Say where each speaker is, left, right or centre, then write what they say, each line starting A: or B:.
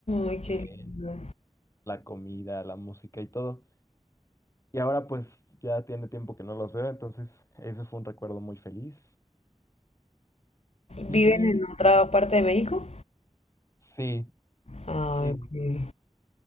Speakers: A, on the left; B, on the left.
A: Ay,
B: eh,
A: qué lindo.
B: la comida, la música y todo. Y ahora pues ya tiene tiempo que no los veo, entonces ese fue un recuerdo muy feliz. Y
A: ¿Viven en otra parte de México?
B: sí,
A: Ay,
B: sí.
A: qué-